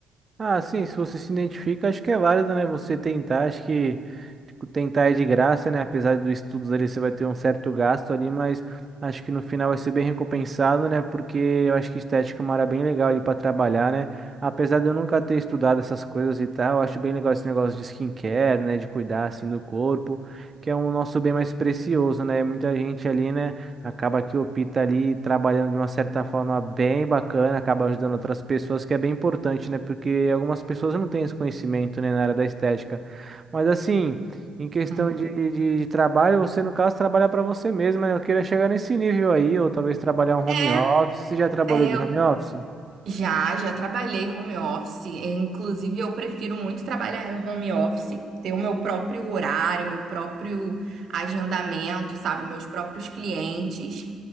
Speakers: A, on the right (about 35°); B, on the right (about 60°).
A: Ah, sim, se você se identifica, acho que é válido, né? Você tentar, acho que tipo, tentar é de graça, né? Apesar dos estudos ali, você vai ter um certo gasto ali, mas acho que no final vai ser bem recompensado, né? Porque eu acho que estética é uma área bem legal ali para trabalhar, né? Apesar de eu nunca ter estudado essas coisas e tal, eu acho bem legal esse negócio de skincare, né? De cuidar assim do corpo, que é um nosso bem mais precioso, né? Muita gente ali, né? Acaba que o Pita ali trabalhando de uma certa forma bem bacana, acaba ajudando outras pessoas, que é bem importante, né? Porque algumas pessoas não têm esse conhecimento, né, na área da estética. Mas assim, em questão
B: Uhum.
A: de, de- de trabalho, você no caso trabalha para você mesmo, né? Eu queria chegar nesse nível aí, ou talvez trabalhar um
B: É,
A: home office. Você já trabalhou
B: é,
A: de
B: eu
A: home office?
B: já, já trabalhei home office. Eu, Inclusive, eu prefiro muito trabalhar home office, ter o meu próprio horário, meu próprio agendamento, sabe? Meus próprios clientes.